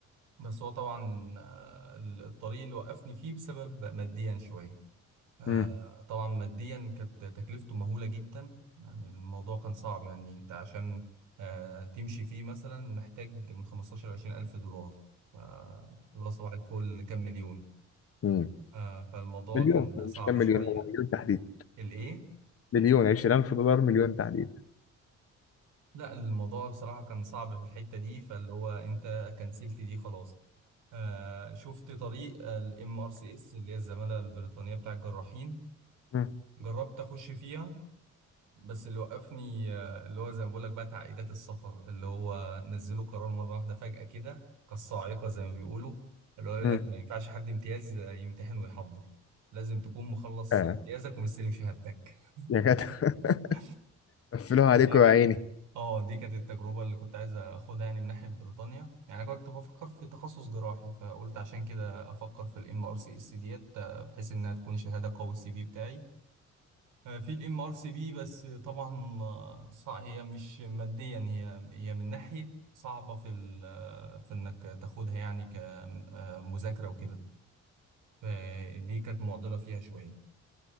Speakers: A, on the right; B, on the left.
A: بس هو طبعا آه، الطريق اللي وقفني فيه بسبب ماديا شوية آه،
B: مم.
A: طبعا ماديا كانت تكلفته مهولة جدا يعني الموضوع كان صعب يعني انت عشان آه، تمشي فيه مثلا محتاج من 15 ل 20 ألف دولار ف- اللي هو صباح الفل كام مليون
B: مم.
A: آه، فالموضوع
B: مليون
A: كان
B: هو
A: صعب
B: مش كام مليون
A: شوية
B: هو مليون تحديدا
A: الإيه؟
B: مليون 20000 دولار مليون تحديد
A: لا الموضوع بصراحة كان صعب في الحتة دي فاللي هو انت كنسلت دي خلاص آه، شفت طريق الام ار سي اس اللي هي الزمالة البريطانية بتاع الجراحين
B: مم.
A: جربت اخش فيها بس اللي وقفني آه، اللي هو زي ما بقول لك بقى تعقيدات السفر اللي هو نزلوا قرار مره واحده فجاه كده كالصاعقه زي ما بيقولوا اللي هو يقول
B: مم.
A: لك ما ينفعش حد امتياز آه، يمتحن ويحضر لازم تكون مخلص
B: اه
A: امتيازك ومستلم شهادتك
B: يا جدع <laughs>
A: <laughs>
B: قفلوها
A: فده
B: عليكم
A: كان
B: يا عيني
A: اه دي كانت التجربه اللي كنت عايز اخدها يعني من ناحيه بريطانيا يعني انا كنت بفكر في تخصص جراحي فقلت عشان كده افكر في الام ار سي اس ديت آه، بحيث انها تكون شهاده قوي السي في بتاعي آه، في الام ار سي بي بس طبعا آه، صع- هي مش ماديا هي هي من ناحيه صعبه في ال- آه، في انك تاخدها يعني كمذاكره وكده فدي كانت معضله فيها شويه